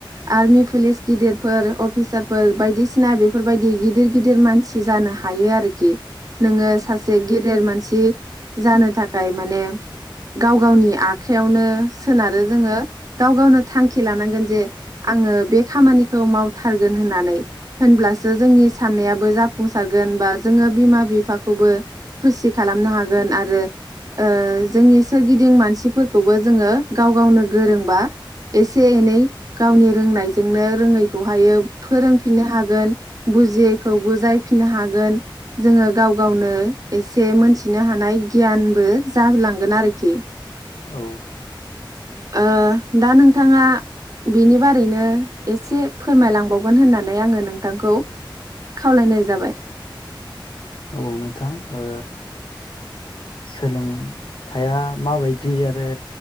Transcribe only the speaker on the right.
आर्मि पुलिस गिदिरफोर अफिसारफोर बायदिसिना बेफोरबायदि गिदिर गिदिर मानसि जानो हायो आरोखि नोङो सासे गेदेर मानसि जानो थाखाय माने गाव गावनि आखाइयावनो सोनारो जोङो गाव गावनो थांखि लानांगोन जे आङो बे खामानिखौ मावथारगोन होननानै होनब्लासो जोंनि साननायाबो जाफुंसारगोन बा जोङो बिमा बिफाखौबो खुसि खालामनो हागोन आरो। ओ ओ जोंनि सोरगिदिं मानसिफोरखौबो जोङो गाव गावनो गोरोंबा। एसे एनै गावनि रोंनायजों जोंनो रोङैखौ हायो। फोरोंफिननो हागोन बुजियैखौ बुजायफिननो हागोन जोङो गाव गावनो एसे मोनथिनो हानाय गियानबो जाहोलांगोन आरोखि
ओ दा नोंथाङा बिनि बारैनो एसे फोरमायलांबावगोन होननानै आङो नोंथांखौ खावलायनाय जाबाय